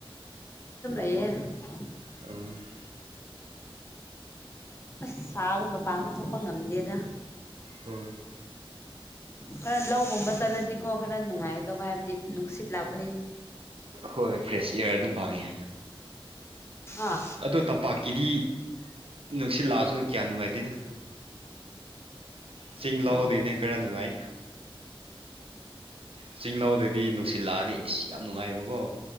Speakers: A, on the left; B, on the right.
A: ꯍ
B: ꯑ
A: ꯑꯁ ꯁꯥꯕ ꯃꯄꯥꯟꯗ ꯊꯣꯛꯄ ꯉꯝꯗꯦꯗ
B: ꯎꯝ
A: ꯈꯔ ꯂꯧꯒꯨꯝꯕ ꯆꯠꯂꯗꯤꯀꯣ ꯈꯔ ꯅꯨꯡꯉꯥꯏꯒꯗꯧꯕ ꯍꯥꯏꯕꯗꯤ ꯅꯨꯡꯁꯤꯠ ꯂꯥꯛꯄ
B: ꯍꯣꯏ ꯐ꯭ꯔꯦꯁ ꯏꯌꯥꯔ ꯑꯗꯨꯝ ꯐꯥꯡꯉꯦ
A: ꯑ
B: ꯑꯗꯣ ꯇꯝꯄꯥꯛꯀꯤꯗꯤ ꯅꯨꯡꯁꯤꯠꯂꯛꯑꯁꯨ ꯀꯌꯥ ꯅꯨꯡꯉꯥꯏꯇꯦꯅ ꯆꯤꯡ ꯂꯗꯅꯦ
A: ꯑꯣ
B: ꯈꯔ ꯅꯨꯡꯉꯥꯏ ꯆꯤꯡꯂꯥꯎꯗꯗꯤ ꯅꯨꯡꯁꯤꯜꯂꯥꯛꯑꯗꯤ ꯏꯁ ꯌꯥꯝ ꯅꯨꯡꯉꯥꯏꯕꯀꯣ